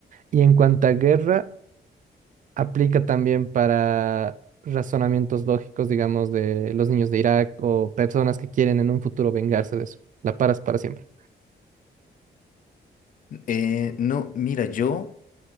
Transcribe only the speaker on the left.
Eh, no, mira, yo...